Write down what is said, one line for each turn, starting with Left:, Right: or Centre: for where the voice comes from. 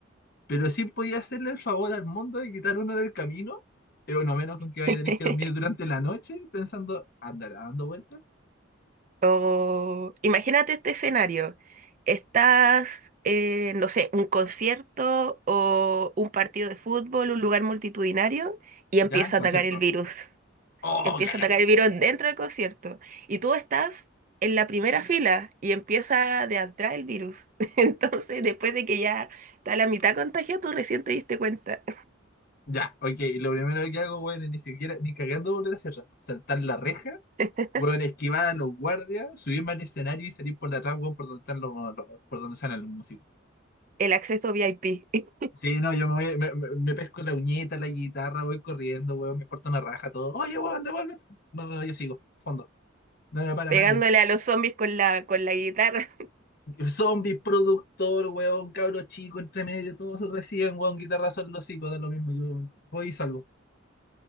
Left: pero sí podía hacerle el favor al mundo de quitar uno del camino, eh, bueno, menos con que vaya
Right: <laughs>
Left: a tener que dormir durante la noche pensando, andará dando vueltas.
Right: O imagínate este escenario. Estás, eh, no sé, un concierto o un partido de fútbol, un lugar multitudinario, y empieza
Left: Ya, concierto.
Right: a atacar el virus.
Left: Oh,
Right: Empieza
Left: cagaste.
Right: a atacar el virus dentro del concierto. Y tú estás en la primera fila y empieza de atrás el virus. <laughs> Entonces, después de que ya está la mitad contagiada, tú recién te diste cuenta.
Left: Ya, ok. Lo primero que hago, weón, es ni siquiera, ni cagando volver a cerrar. Saltar la reja,
Right: <laughs>
Left: weón, esquivar a los guardias, subirme al escenario y salir por la atrás, weón, por donde están los, los- por donde salen los músicos.
Right: El acceso VIP, <laughs>
Left: Sí, no, yo me voy, me, me- me pesco la uñeta, la guitarra, voy corriendo, weón, me porto una raja, todo. Oye, weón, devuelve. No, no, yo sigo, fondo. No me para
Right: pegándole
Left: nadie.
Right: a los zombies con la, con la guitarra.
Left: Zombies, productor, weón, cabro chico, entre medio, todos reciben, weón, guitarrazo en los hocico, da lo mismo. Yo voy y salgo.